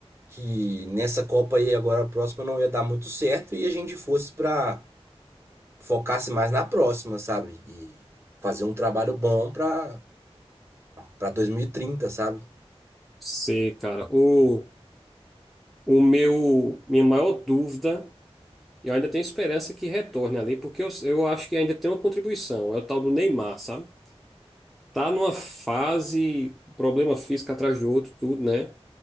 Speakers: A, on the right; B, in the centre.
A: que nessa Copa aí agora a próxima não ia dar muito certo e a gente fosse para focasse mais na próxima, sabe? E fazer um trabalho bom para para 2030, sabe?
B: Sei, cara. O, o meu, minha maior dúvida, eu ainda tenho esperança que retorne ali, porque eu, eu acho que ainda tem uma contribuição, é o tal do Neymar, sabe? Tá numa fase, problema físico atrás do outro, tudo, né?